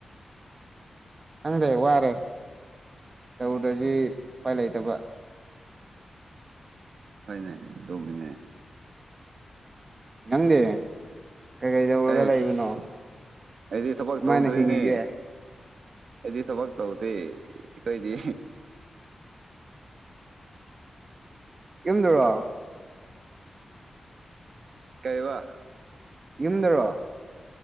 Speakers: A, on the right; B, on the right.
A: ꯈꯪꯗꯦ ꯋꯥꯔꯦ ꯇꯔꯨꯗ꯭ꯔꯗꯤ ꯎꯄꯥꯏ ꯂꯩꯇꯕ
B: ꯍꯣꯏꯅꯦꯣꯡꯃꯤꯅꯦ
A: ꯅꯪꯗꯤ ꯀꯩꯀꯩ ꯇꯧꯔꯒ
B: ꯑꯩꯁ
A: ꯂꯩꯕꯅꯣ
B: ꯑꯩꯗꯤ ꯊꯕꯛ
A: ꯀꯃꯥꯏꯅ
B: ꯇꯧꯗ꯭ꯔꯤꯅꯦ
A: ꯍꯤꯡꯉꯤꯒꯦ
B: ꯑꯩꯗꯤ ꯊꯕꯛ ꯇꯧꯗꯦ ꯀꯣꯏꯗꯤ
A: ꯌꯨꯝꯗꯔꯣ
B: ꯀꯩ ꯋꯥ
A: ꯌꯨꯝꯗꯔꯣ